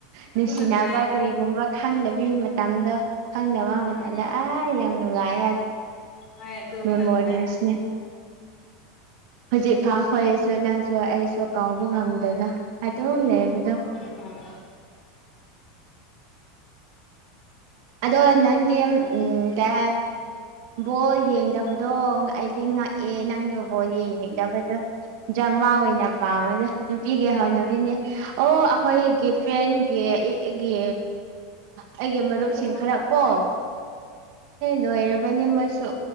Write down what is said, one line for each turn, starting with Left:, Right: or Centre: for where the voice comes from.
Right: ꯅꯨꯡꯁꯤꯅꯕ
Left: ꯑꯗꯨꯅ ꯅꯨꯡꯉꯥꯏꯌꯦꯗ
Right: ꯀꯔꯤꯒꯨꯝꯕ ꯈꯪꯗꯕꯤ ꯃꯇꯝꯗꯣ ꯈꯪꯗꯕ ꯃꯇꯝꯗ
Left: ꯎꯝ
Right: ꯑꯩ ꯌꯥꯝ ꯅꯨꯡꯉꯥꯏ꯫
Left: ꯍꯣꯏ ꯑꯗꯨꯅ
Right: ꯃꯦꯃꯣꯔꯤꯁꯅꯦ
Left: ꯅꯨꯡꯉꯥꯏꯌꯦ
Right: ꯍꯧꯖꯤꯛꯐꯥꯎꯈꯣꯏꯁꯨ ꯅꯪꯁꯨ ꯑꯩꯁꯨ ꯀꯥꯎꯕ ꯉꯝꯗꯅ ꯑꯗꯨꯝ ꯂꯩꯕꯗꯣ
Left: ꯎꯝ
Right: ꯑꯗꯣ ꯅꯪꯗꯤ ꯎꯝ ꯀ ꯕꯣ ꯌꯦꯡꯗꯕꯗꯣ ꯑꯩꯗꯤ ꯉꯛꯑꯦ ꯅꯪꯗꫭ ꯌꯦꯡꯅꯤꯡꯗꯕꯗꯣ ꯖ꯭ꯔꯃꯥ ꯑꯣꯏꯅ ꯄꯥꯝꯃꯦꯗ ꯅꯨꯄꯤꯒꯩꯍꯧꯅꯕꯤꯅꯦ ꯑꯣ ꯑꯈꯣꯏꯒꯤ ꯐ꯭ꯔꯦꯟ ꯑꯩ ꯑꯩꯒꯤ ꯑꯩꯒꯤ ꯃꯔꯨꯞꯁꯤꯡ
Left: ꯎꯝ ꯍꯣꯏ
Right: ꯈꯔ ꯀꯣ ꯂꯣꯏꯔꯕꯅꯦ ꯃꯣꯏꯁꯨ